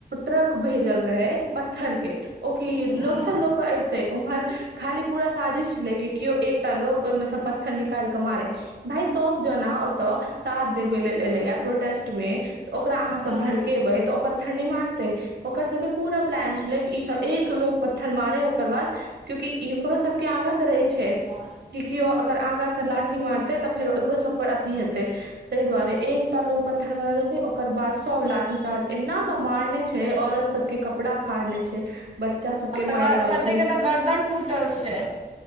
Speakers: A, on the right; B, on the right.
A: ट्रक भेजल रहेै पत्थर के ओकी
B: ह
A: लोक सब लऽ कऽ अबिते उम्हर खाली पूरा साजिश छलै कि केओ एकटा लोग ओहिमेसँ पत्थर निकालके मारे भााय सब जना ओतऽ साथ देबे लेल एले हा प्रोटेस्ट मे तऽ ओकरा अहाँ सब
B: ह
A: भड़केबै तऽ ओ पत्थर नहि मारतै ओकर सबके पूरा प्लान छलै ईसभ एक लोग पत्थर मारे ओकर बाद क्यंि एककरो सब के आगा से रहे छै।
B: हँ।
A: कि केओ अगर आगाँसँ लाठी मारतै तऽ फेर ओरो सभपर अथिी हेतै। ताहि दुआरे एकटा लोग पत्थर मेलकै ओकर बाद सब लाठी चार्ज एना क मारने छै औरत सब के कपड़ा फाड़ ले छै। बच्चा सबके
B: आ त
A: मारि रहल
B: कते
A: छै
B: कतऽ गर्दन टूटल छै।